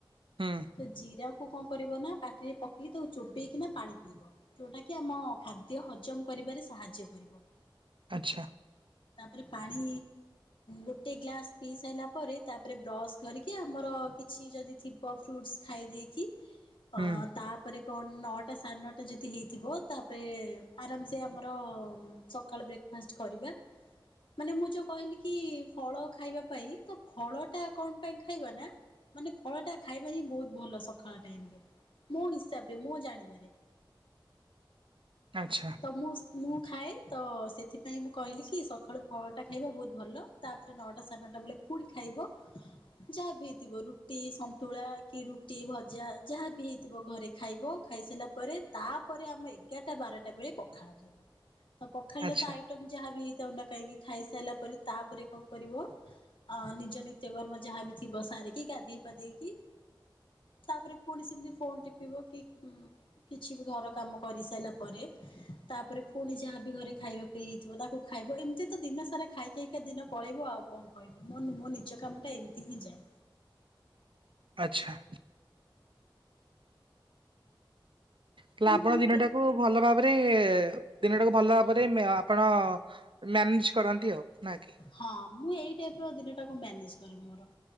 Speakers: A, on the right; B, on the left.
A: ହୁଁ।
B: ତ ଜିରାକୁୁ କଣ କରିବ ନା ପାଟିରେ ପକେଇକି ତାକୁ ଚୋବେଇକି ନା ପାଣି ପିଇବ। ଯୋଉଟା କି ଆମ ଖାଦ୍ୟ ହଜମ କରିବାରେ ସାହାଯ୍ୟ କରିବ।
A: ଆଚ୍ଛା।
B: ତାପରେ ପାଣି ଗୋଟେ ଗ୍ଲାସ ପିଇ ସାଇଲା ପରେ ତାପରେ ବ୍ରସ୍ କରିକି ଆମର କିଛି ଯଦି ଥିବ ଫ୍ରୁଟ୍ସୁ ଖାଇ ଦେଇକି ଅ
A: ହୁଁ
B: ତା ପରେ କଣ ନଅଟା ସାଢେ ନଅଟା ଯଦି ହେଇଥିବ ତାପରେ ଆରାମସେ ଆମର ସକାଳ ବ୍ରେକ୍ ଫାଷ୍ଟ କରିବା ମାନେ ମୁଁ ଯୋଉ କହିଲି କି ଫଳ ଖାଇବା ପାଇ ତ ଫଳ ଟା କଣ ପାଇଁ ଖାଇବା ନା ମାନେ ଫଳ ଟା ଖାଇବା ହିଁ ବହୁତ ଭଲ ସକାଳ ଟାଇମରେ। ମୋ ହିସାବରେ ମୁଁ ଜାଣିବାରେ।
A: ଆଚ୍ଛା।
B: ତ ମୁଁ- ମୁଁ ଖାଏ ତ ସେଥିପାଇଁ ମୁଁ କହିଲି କି ସକାଳୁ ଫଳଟା ଖାଇବା ବହୁତ୍ ଭଲ। ତାପରେ ନଅଟା ସାଢ଼େ ନଅଟା ବେଳେ ପୁଣି ଖାଇବ ଯାହା ବି ହେଇଥିବ ରୁଟି, ସନ୍ତୁଳା କି ରୁଟି, ଭଜା ଯାହା ବି ହେଇଥିବ ଘରେ ଖାଇବ ଖାଇସାରିଲା ପରେ ତାପରେ ଆମେ ଏଗାରଟା ବାରଟା ବେଳେ ପଖାଳ ଖାଇବା ତ ପଖାଳଟାତ
A: ଆଚ୍ଛା
B: ଆଇ ଟମ୍ ଯାହା ବି ହେଇଥାଉ ନା କାହିଁକି ଖାଇସାରିଲା ପରେ ତାପରେ କଣ କରିବ ଅ -ନିଜ ନିତ୍ୟକର୍ମ ଯାହାବି ଥିବ ସାରିକି ଗାଧେଇ ପାଧେଇକି ତାପରେ ପୁଣି ସେମିତି ଫୋନ୍ ଟିପିବ କି କିଛି ବି ଘର କାମ କରି ସାରିଲା ପରେ ତାପରେ ଫୁଣି ଯାହାବି ଘରେ ଖାଇବା ପାଇଁ ହେଇଥିବ ତାକୁ ଖାଇବ ଏମିତି ତ ଦିନ ସାରା ଖାଇ ଖାଇ କା ଦିନ ପଳେଇବ ଆଉ। କଣ କହିବି ମୋ ନ୍
A: ଆଚ୍ଛା। ତାହାଲେ
B: ମାନେ
A: ଆପଣ
B: ତୁ
A: ଦିନଟାକୁ
B: କେ
A: ଭଲ ଭାବରେ ଦିନଟାକୁ ଭଲ ଭାବରେ ଆପଣ ମ୍ୟାନେଜ୍ କରନ୍ତି ଆଉ ନା କି?
B: ହଁ ମୁଁ ଏଇ ଟାଇପ୍ ର ଦିନଟାକୁ ମ୍ୟାନେଜ୍ କରେ ମୋର।